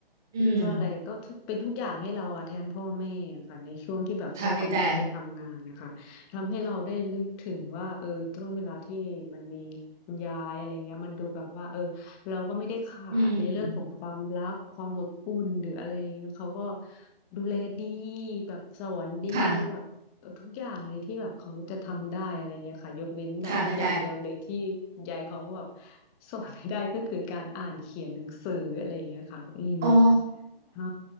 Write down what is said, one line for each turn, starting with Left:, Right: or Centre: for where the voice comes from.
Centre: อืม
Left: เรียกว่าอะไรก็ทุกเป็นทุกอย่างให้เราอะแทนพ่อแม่อะค่ะในช่วงที่แบบพ่อกับแม่ไปทำงานนะคะทำให้เราได้นึกถึงว่าเออช่วงเวลาที่มันมีคุณยายอะไรเงี้ยมันดูแบบว่าเออ
Centre: ค่ะพี่แต่
Left: เราก็ไม่ได้ขาดในเรื่องของความรักความอบอุ่นหรืออะไรเงี้ยเขาก็
Centre: อืมอืม
Left: ดูแลดีแบบสอนดีแบบเออทุกอย่างเลยที่แบบเขาจะทำได้อะไรเงี้ยค่ะยกเว้นแบบอย่างเดียวเลยที่
Centre: ค่ะค่ะพี่แต่
Left: ยายเขาแบบสอนไม่ได้ก็คือการอ่านเขียนหนังสืออะไรเงี้ยค่ะอืม
Centre: อ๋อ
Left: ใช่